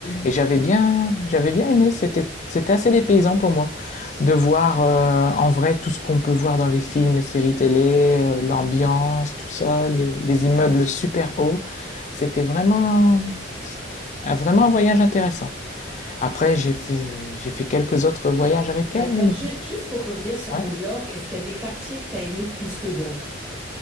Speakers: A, on the left; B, in the centre.
A: Et j'avais bien, j'avais bien aimé. C'était, c'était assez dépaysant pour moi de voir euh, en vrai tout ce qu'on peut voir dans les films, les séries télé, euh, l'ambiance, tout ça, les, les immeubles super hauts. C'était vraiment, Ah, vraiment un voyage intéressant. Après, j'ai fait, j'ai fait quelques autres voyages avec
B: Mais
A: elle,
B: attends,
A: mais
B: ju- juste pour revenir sur
A: ouais.
B: New York, est-ce qu'il y a des quartiers que tu as aimés plus que d'autres?